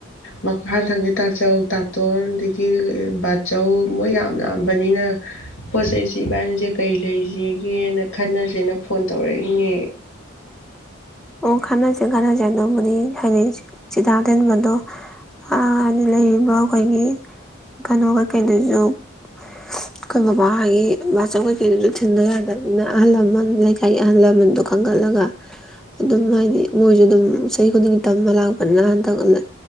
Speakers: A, on the left; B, in the centre.
A: ꯃꯈꯥ ꯊꯪꯉꯦ ꯇꯥꯆꯧ ꯇꯥꯇꯣꯟ ꯑꯗꯒꯤ ꯕꯥ ꯆꯧ ꯃꯣꯏ ꯌꯥꯝꯅ ꯄꯥꯝꯕꯅꯤꯅ ꯄꯣꯠ ꯆꯩꯁꯤꯕꯥꯅꯤꯁꯦ ꯀꯩ ꯂꯩꯁꯤ ꯒꯦꯅ ꯈꯟꯅꯁꯦꯅ ꯐꯣꯟ ꯇꯧꯔꯛꯏꯅꯦꯦ
B: ꯈꯠꯅꯁꯦ ꯈꯥꯟꯅꯁꯦ ꯑꯗꯨꯕꯨꯗꯤ ꯍꯥꯏꯗꯤ ꯆꯤꯗꯥꯛ ꯊꯤꯟꯕꯗꯣ ꯍꯥꯏꯗꯤ ꯂꯩꯔꯤꯕ ꯑꯩꯈꯣꯏꯒꯤ ꯀꯩꯅꯣ ꯀꯩꯀꯩꯗꯨꯁꯨ ꯑꯩꯈꯣꯏ ꯕꯕꯥꯒꯤ ꯃꯕꯥꯆꯧ ꯀꯩꯀꯩꯗꯨꯁꯨ ꯊꯤꯟꯕ ꯌꯥꯗꯕꯅꯤꯅ ꯑꯍꯜ ꯂꯃꯟ ꯂꯩꯀꯥꯏꯒꯤ ꯑꯍꯜ ꯂꯃꯟꯗꯣ ꯈꯟꯒꯠꯂꯒ ꯑꯗꯨꯝ ꯍꯥꯏꯗꯤ ꯃꯣꯏꯁꯨ ꯑꯗꯨꯝ ꯆꯍꯤ ꯈꯨꯗꯤꯡꯒꯤ ꯇꯝꯕ ꯂꯥꯛꯄꯅꯤꯅ ꯍꯟ ꯇꯒꯠꯂꯦ